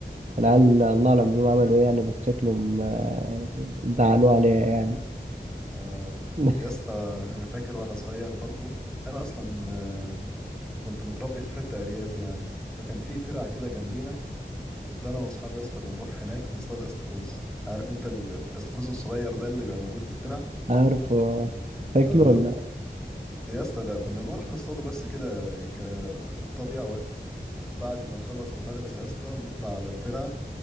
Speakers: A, on the right; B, in the centre.
A: والعيال الله اعلم بيهم عملوا ايه يعني بس شكلهم آه، زعلوا عليا يعني
B: اه
A: <laughs>
B: يا اسطى انا فاكر وانا صغير برضو انا اصلا آه، كنت متربي في حته ارياف يعني فكان في ترعه كده جنبينا كنت انا واصحابي يا اسطى بنروح هناك نصطاد استاكوز عارف انت الاستاكوز الصغير ده اللي بيبقى موجود في الترع
A: عارف آه، تاكلوا
B: اه
A: ولا لا؟
B: يا اسطى لا كنا بنروح نصطاده بس كده كتضييع وقت بعد ما نخلص المدرسه يا اسطى نطلع على الترع